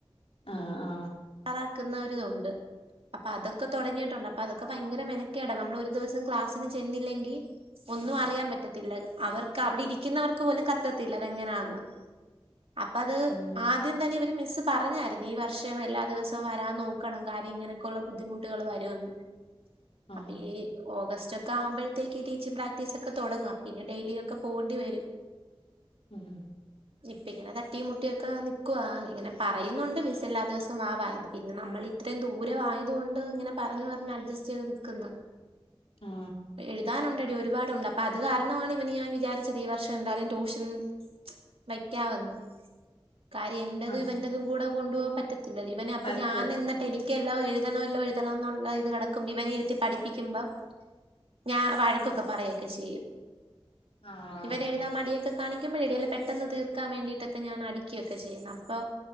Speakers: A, on the left; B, on the right.
A: ആ ആ
B: റാക്കുന്ന ഒരിതുണ്ട് അപ്പൊ അതൊക്കെ തുടങ്ങിയിട്ടുണ്ട്. അപ്പൊ അതൊക്കെ ഭയങ്കര മെനക്കേടാ നമ്മള് ഒരു ദിവസം. ക്ലാസിന് ചെന്നില്ലെങ്കിൽ. ഒന്നും അറിയാൻ പറ്റത്തില്ല. അവർക്ക് അവിടെ ഇരിക്കുന്നവർക്ക് പോലും കത്തത്തില്ല അതെങ്ങനാന്ന്. അപ്പ അത്
A: ഉം
B: ആദ്യം തന്നെ ഇവര് മിസ്സ് പറഞ്ഞായിരുന്നു ഈ വർ വർഷം എല്ലാ ദിവസവും വരാൻ നോക്കണം കാര്യം ഇങ്ങനൊക്കെയുള്ള ബുദ്ധിമുട്ടുകൾ വരുംന്ന്
A: ആ
B: അപ്പോ ഈ. ഓഗസ്റ്റ് ഒക്കെ ആവുമ്പോഴത്തേക്ക് ടീച്ചിങ് പ്രാക്ടീസ് ഒക്കെ തുടങ്ങും. പിന്നെ ഡെയിലി ഒക്കെ പോകേണ്ടി വരും.
A: ഇമ്
B: ഇപ്പ ഇങ്ങനെ തട്ടിയും മുട്ടിയും ഒക്കെ നിക്കുവ ഇങ്ങനെ പറയുന്നുണ്ട്. മിസ് എല്ലാ ദിവസവും വാ വാ എന്ന് പിന്നെ നമ്മൾ ഇത്രയും ദൂരം ആയതുകൊണ്ട്. ഇങ്ങനെ പറഞ്ഞ് പറഞ്ഞ് അഡ്ജസ്റ്റ് ചെയ്ത് നിൽക്കുന്നു.
A: ആ
B: എഴുതാനുണ്ടെടി ഒരുപാടുണ്ട്. അപ്പൊ അത് കാരണമാണ് ഇവന് ഞാൻ വിചാരിച്ചത് ഈ വർഷം എന്തായാലും ടൂഷ്യൻ വെയ്ക്കാമെന്ന്. കാര്യം എന്റെതും
A: ആ
B: ഇവൻ്റെതും കൂടെ കൊണ്ടു പോവാൻ പറ്റത്തില്ലല്ലോ? ഇവന് അപ്പൊ
A: പറ്റത്തില്ല
B: ഞാൻ എന്നട്ട് എനി എല്ലാം എഴുതണമല്ലോ എഴുതണണം എന്നുള്ള ഇത് കിടക്കുമ്പോ ഇവനെ ഇരുത്തി പഠിപ്പിക്കുമ്പോ ഞാൻ വഴക്കൊക്കെ പറയൊക്കെ ചെയ്യും.
A: ആഹ്
B: ഇവന് എഴുതാൻ മടിയൊക്കെ കാണിക്കുമ്പോഴ് എഴുതൽ പെട്ടന്ന് തീർക്കാൻ വേണ്ടീട്ടൊക്കെ ഞാൻ അടിക്കയൊക്കെ ചെയ്യും അപ്പൊ